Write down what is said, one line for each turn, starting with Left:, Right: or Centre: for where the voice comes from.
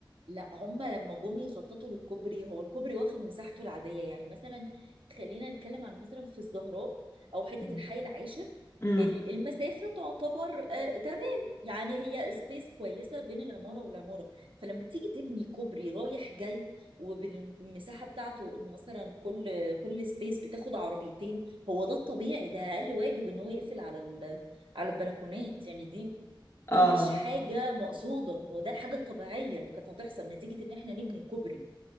Right: لا هما لما جم يخططوا للكوبري هو الكوبري واخد مساحته العادية يعني مثلا خلينا نتكلم عن مثلا في الزهراء أو حتة
Left: مم.
Right: الحي العاشر
Left: امم
Right: ال- المسافة تعتبر آه تمام يعني هي سبيس كويسة بين العمارة والعمارة فلما تيجي تبني كوبري رايح جاي وبالمساحة بتاعته إن مثلا كل كل سبيس بتاخد عربيتين هو ده الطبيعي ده أقل واجب إن هو يقفل على ال- على البلكونات يعني دي دي
Left: اه
Right: مش حاجة مقصودة هو ده الحاجة الطبيعية اللي كانت هتحصل نتيجة ان احنا نبني كوبري